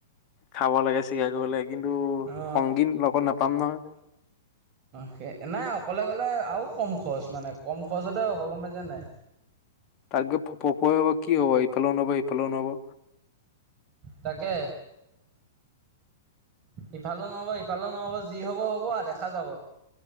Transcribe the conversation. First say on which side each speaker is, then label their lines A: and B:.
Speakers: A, on the left; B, on the right.
A: খাব লাগে চিকাৰ কৰিব লাগে কিন্তু
B: অ
A: সংগীত লগত নাপাম নহয়
B: সেই নাই অকলে গ'লে আৰু কম খৰচ মানে কম খৰচতে হ'ব গম পাই যেনোই
A: তাৰকে পপ কি হব ইফালেও নব সিফালেও নব
B: তাকে ইফালে নহ'ব ইফালে নহ'ব যি হব হ'ব দেখা যাব